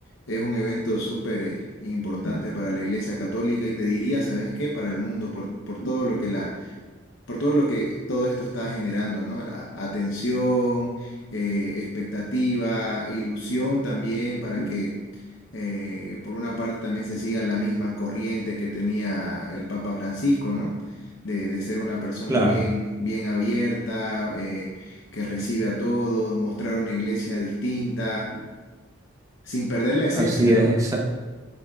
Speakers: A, on the left; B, on the right.
A: es un evento súper eh, importante para la Iglesia Católica y te diría, ¿sabes qué? Para el mundo, por, por todo lo que la por todo lo que todo esto está generando, ¿no? La atención, eh, expectativa, ilusión también para que eh, por una parte también se siga la misma corriente que tenía el Papa Francisco, ¿no? De, de ser una persona
B: Claro,
A: bien, bien abierta, eh, que recibe a todos, mostrar una iglesia distinta, sin perder la esencia,
B: así es,
A: ¿no?
B: exa-